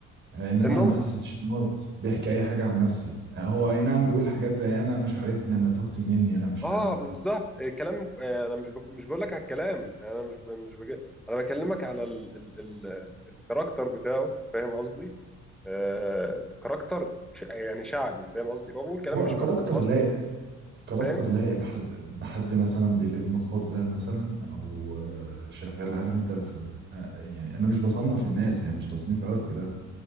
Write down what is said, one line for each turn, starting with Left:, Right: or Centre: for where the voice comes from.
Right: ان انا
Centre: النوبل
Right: ما حسيتش ان هو بيحكي اي حاجه عن نفسي هو اي نعم بيقول حاجات زي انا مش عارفني انا تهت مني انا مش
Centre: اه
Right: انا
Centre: بالظبط آه، كلام آه، انا مش بك... مش بقول لك على الكلام انا مش ب... مش بك... انا بكلمك على ال... ال... ال... الكاركتر بتاعه فاهم قصدي آه... كاركتر ش... يعني شعبي فاهم قصدي هو بيقول كلام
Right: هو
Centre: مش
Right: كاركتر
Centre: مفهوم اصلا
Right: لا كاركتر
Centre: فاهم
Right: لايق بحد بحد مثلا بيلم خردة مثلا او آه، شغال عارف انت في في- آه، يعني انا مش بصنف الناس يعني مش تصنيف عرق ده